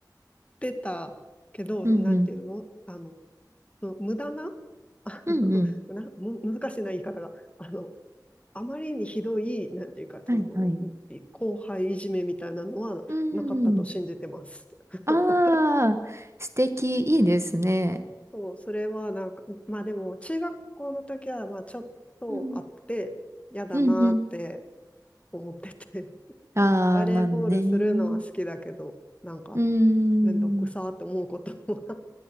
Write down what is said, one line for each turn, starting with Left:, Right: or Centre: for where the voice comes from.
Left: てたけど、
Right: うんうん。
Left: なんていうのあの、無駄な <laughs>
Right: うんうん。
Left: なむ難しいな言い方が。あの、あまりにひどい、なんていうか、
Right: はいはい。
Left: その、後輩いじめみたいなのはなかったと信じてます。
Right: うん。
Left: <laughs>
Right: ああ、素敵、いいですね。
Left: そう、それはなんか、まあでも、中学校の時は、まあちょっとあって、
Right: うん。
Left: 嫌だなって
Right: うんうん。
Left: 思ってて、<laughs>
Right: ああ、
Left: バレーボールするのは好きだけど、
Right: まあね。
Left: なんか、
Right: うーん。
Left: めんどくさーって思うことも <laughs>